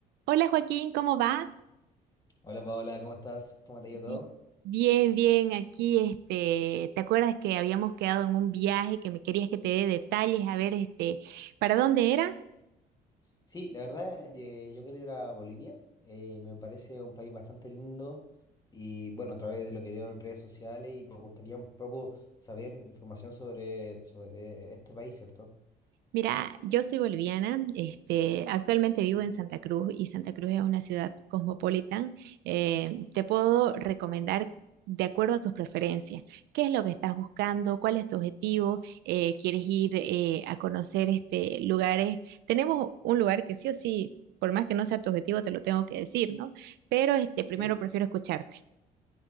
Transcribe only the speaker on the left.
Hola Paola, ¿cómo estás? ¿Cómo te ha ido
todo?
Sí, la verdad, eh, yo quiero ir a Bolivia. eh, me parece un país bastante lindo y bueno, a través de lo que veo en redes sociales y me gustaría un poco saber información sobre, sobre este país, ¿cierto?
Ujú.
Sí.